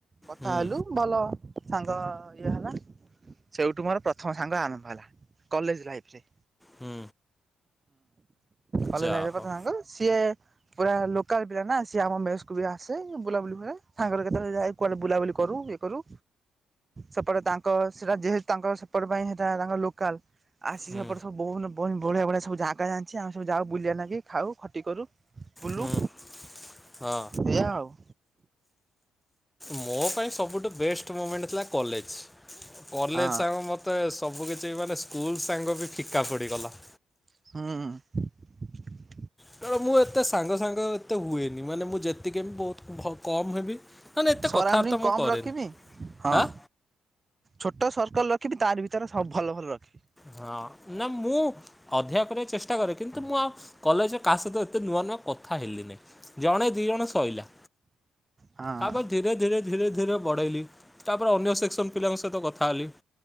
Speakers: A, on the right; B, in the centre.
A: କଥା
B: ହୁଁ
A: ହେଲୁ ଭଲ ସାଙ୍ଗ ଇଏ ହେଲା। ସେଇଠୁ ମୋର ପ୍ରଥମ ସାଙ୍ଗ ଆରମ୍ଭ ହେଲା କଲେଜ୍‌ ଲାଇଫ୍ ରେ।
B: ହୁଁ।
A: ହୁଁ
B: ଯା
A: <unintelligible>
B: ହଉ
A: ସିଏ ପୁରା ଲୋକାଲ୍ ପିଲା ନା ସିଏ ଆମ ମେସ୍ କୁ ବି ଆସେ ବୁଲାବୁଲି ହୁଏ ସାଙ୍ଗରେ କେତେବେଳେ ଯାଏ କୁଆଡେ ବୁଲାବୁଲି କରୁ କି। କରୁ ସେପଟେ ତାଙ୍କ ସେଟା ଯେହେତୁ ତାଙ୍କ ସେପଟ ପାଇଁ ସେଟା ତାଙ୍କର ଲୋକାଲ୍ ଆସି
B: ହୁଁ
A: ସେପଟ ସବୁ ବହୁନ ବହୁ ବଳିିଆ ଭଳିଆ ସବୁ ଜାଗା ଯାଣିଛି ଆମେ ସବୁ ଯାଉ ବୁଲିବା ଲାଗି ଖାଉ ଖଟି କରୁ। ବୁଲୁ
B: ହୁଁ ହଁ
A: ଏଇଆ ଆଉ।
B: ମୋ ପାଇଁ ସବୁଠୁ ବେଷ୍ଟ ମୁଁମେଣ୍ଟ ଥିଲା କଲେଜ୍‌ କଲେଜ୍‌
A: ହଁ
B: ସାଙ୍ଗ ମୋ ତ ସବୁ କିିଛି ମାନେ ସ୍କୁଲ ସାଙ୍ଗ ବି ଫିକା ପଡ଼ିଗଲା।
A: ହୁଁ।
B: ତେଣୁ ମୁଁ ଏତେ ସାଙ୍ଗ ସାଙ୍ଗ ଏତେ ହୁଏନି ମାନେ ମୁଁ ଯେତିକି ବହୁତ କମ୍ ହେବି ନା ନା ଏତେ
A: ସରାଉଣ୍ଡିଂ
B: କଥାବାର୍ତ୍ତା
A: କମ୍
B: ମୁଁ କରେନି।
A: ରଖିବି ହଁ।
B: ଆଁ
A: ଛୋଟ ସର୍କଲ ରଖିବି ତାରି ଭିତରେ ସ ଭଲ ଭଲ ରଖିବି।
B: ହଁ ନା ମୁଁ ଅଧିକା କରିବାକୁ ଚେଷ୍ଟା କରେ କିନ୍ତୁ ମୁଁ ଆ କଲେଜ କାହା ସହିତ ଏତେ ନୂଆ ନୂଆ କଥା ହେଲିନେଇଁ ଜଣେ ଦିଇ ଜଣ ଶଇଲା।
A: ହଁ
B: ତାପରେ ଧୀରେ ଧୀରେ ଧୀରେ ଧୀରେ ବଢ଼େଇଲି ତାପରେ ଅନ୍ୟ ସେକ୍ସନ ପିଲାଙ୍କ ସହିତ କଥା ହେଲି।